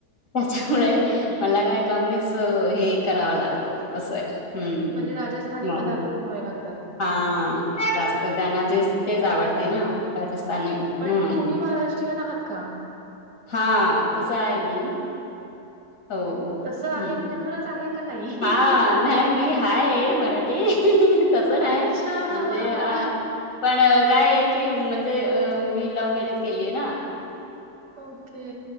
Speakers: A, on the left; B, on the right.
A: त्याच्यामुळे
B: ओके.
A: मला काय कमीच हे करावा लागतो असं आहे. हम्म.
B: म्हणजे राजस्थानी
A: मग
B: पदार्थ बनवावे लागतात?
A: हा जास्त त्यांना जे तेच आवडते ना राजस्थानी.
B: पण,
A: म्हणून
B: तुम्ही महाराष्ट्रीयन आहात का?
A: हां तसं आहे मी, हो. हम्म.
B: तसं आहे म्हणजे खरंच आहे का नाही?
A: हा. नाही मी हाय मराठी तस
B: अच्छा
A: नाही म्हणजे अ पण काय आहे की म्हणजे अ मी लव्ह मॅरेज केली आहे ना.
B: ओके